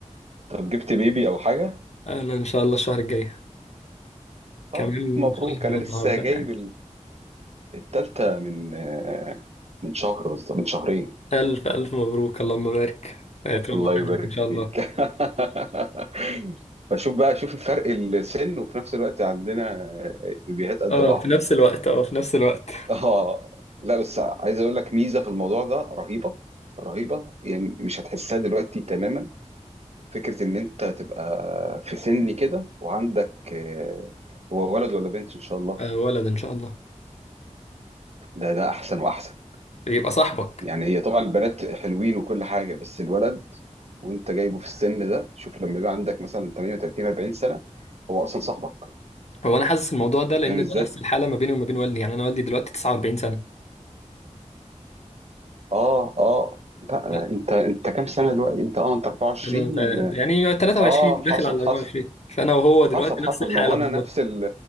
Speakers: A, on the right; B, on the left.
A: طب جبت بيبي او حاجه
B: انا ان شاء الله الشهر الجاي
A: طب
B: كمان
A: مبروك
B: شهر من
A: انا لسه
B: النهارده
A: جايب
B: يعني
A: التالتة من آه، من شهر بالظبط من شهرين
B: الف الف مبروك اللهم بارك آه، تربى
A: الله
B: في
A: يبارك
B: حياتك ان شاء
A: فيك
B: الله
A: <laughs> فشوف بقى شوف الفرق السن وفي نفس الوقت عندنا بيبيهات قد
B: اه
A: بعض
B: في نفس الوقت اه في نفس الوقت
A: اه لا بس عايز اقول لك ميزة في الموضوع ده رهيبة رهيبة يعني مش هتحسها دلوقتي تماما فكرة ان انت تبقى في سن كده وعندك آه، هو ولد ولا بنت ان شاء الله
B: آه ولد ان شاء الله
A: ده ده احسن واحسن
B: يبقى صاحبك
A: يعني هي طبعا البنات حلوين وكل حاجه بس الولد وانت جايبه في السن ده شوف لما يبقى عندك مثلا 38 40 سنه هو اصلا صاحبك
B: هو انا حاسس الموضوع ده لان
A: فاهم ازاي؟
B: ده نفس الحاله ما بيني وما بين والدي يعني انا والدي دلوقتي 49 سنه
A: اه اه لا لا
B: لا
A: انت انت كام سنه دلوقتي؟ انت اه انت 24
B: انا تع- يعني 23
A: اه
B: داخل
A: حصل
B: على
A: حصل
B: 24 فانا وهو دلوقتي
A: حصل حصل
B: نفس الحاله
A: ما هو انا
B: بالظبط
A: نفس ال